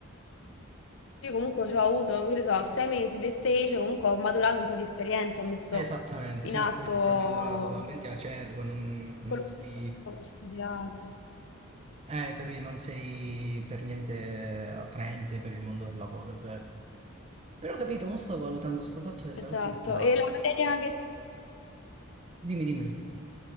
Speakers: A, on the left; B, on the right.
A: io comunque ci ho avuto, che ne so, sei mesi di stage, comunque ho maturato un po' di esperienza, ho messo
B: Esattamente,
A: in
B: se
A: atto
B: no poi ti trovi là totalmente acerbo, e non, non
A: quello
B: sei,
A: che ho studiato.
B: eh, capì, non sei per niente attraente per il mondo del lavoro, è vero. Però capito, mo sto valutando sto fatto della
A: Esatto,
B: Luisa.
A: e la materia che...
B: Dimmi, dimmi.